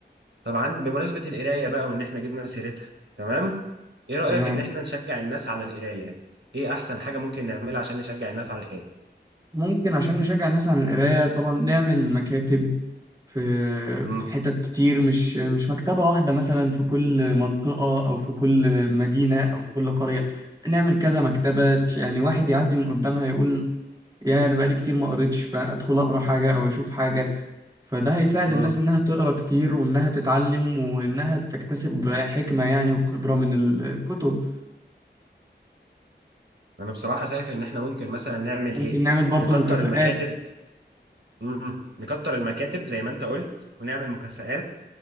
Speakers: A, on the right; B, on the right.
A: طبعا بمناسبه القرايه بقى وان احنا جبنا سيرتها تمام ايه رايك
B: تمام
A: ان احنا نشجع الناس على القرايه ايه احسن حاجه ممكن نعملها عشان نشجع الناس على القرايه
B: ممكن عشان نشجع الناس على القراية طبعا نعمل مكاتب في
A: امم
B: في حتت كتير مش مش مكتبة واحدة مثلا في كل منطقة أو في كل مدينة أو في كل قرية نعمل كذا مكتبة يعني واحد يعدي من قدامها يقول يا أنا بقالي كتير ما قريتش فأدخل أقرأ حاجة أو أشوف حاجة فده هيساعد
A: امم
B: الناس إنها تقرأ كتير وإنها تتعلم وإنها تكتسب حكمة يعني وخبرة من الكتب
A: انا بصراحه شايف ان احنا ممكن مثلا نعمل
B: ممكن
A: ايه
B: نعمل برضو
A: نكتر
B: مكافآت
A: المكاتب امم نكتر المكاتب زي ما انت قلت ونعمل مكافآت